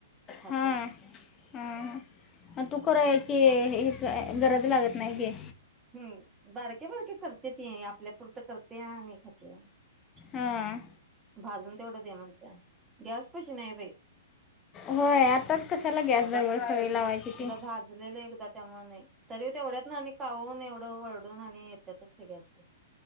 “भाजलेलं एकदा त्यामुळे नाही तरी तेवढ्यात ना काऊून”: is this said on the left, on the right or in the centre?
Right